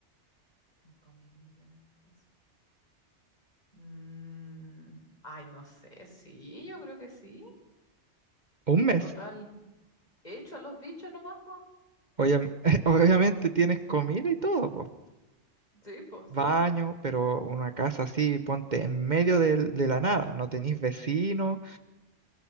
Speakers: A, on the left (about 35°); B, on the right (about 40°).
A: Cinco mil millones de pesos. Mm, ay, no sé, sí, yo creo que sí.
B: un mes.
A: Total, hecho a los bichos nomás, po.
B: Obvia- <laughs> obviamente tienes comida y todo, pues,
A: Sí, pues
B: baño,
A: sí.
B: pero una casa así, ponte en medio del- de, la nada, no tenés vecinos